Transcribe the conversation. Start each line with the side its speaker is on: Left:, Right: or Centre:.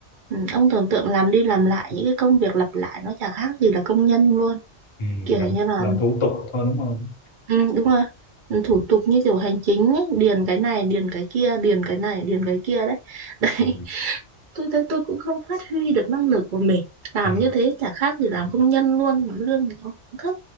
Right: ừ, ông tưởng tượng làm đi làm lại những cái công việc lặp lại nó chả khác gì là công nhân luôn
Left: Ừ.
Right: kiểu
Left: làm
Right: như là
Left: làm thủ tục thôi đúng không
Right: ừ, đúng rồi Ừ, thủ tục như kiểu hành chính ấy, điền cái này điền cái kia điền cái này điền cái kia đấy <laughs>
Left: ừ.
Right: đấy tôi thấy tôi cũng không phát huy được năng lực của mình làm
Left: Ừ.
Right: như thế chả khác gì làm công nhân luôn mà lương thì nó cũng thấp